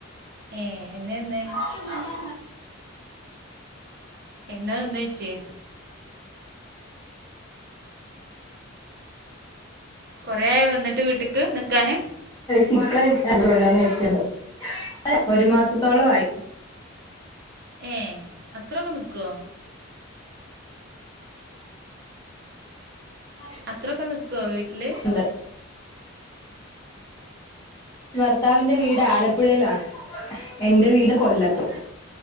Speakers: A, on the right (about 50°); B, on the left (about 15°).
A: ഏഹ് എന്നെന്ന്
B: <unintelligible>
A: എന്നാ ഒന്ന് ച്ചേ കൊറെ ആയൊ വന്നിട്ട് വീട്ട്ക്ക് നിക്കാന്
B: ചിക്കൻ എന്തുകൊണ്ടന്ന് നച്ചുണ്ട് ഇപ്പം ഒരു മാസത്തോളായി
A: ഏഹ് അത്രൊക്കെ നിക്കൊ?
B: <unintelligible>
A: അത്രൊക്കെ നിക്കൊ വീട്ടില്
B: ണ്ട് ഭർത്താവിന്റെ വീട് ആലപ്പുഴയിലാണ്
A: ഏ
B: എന്റെ വീട് കൊല്ലത്തും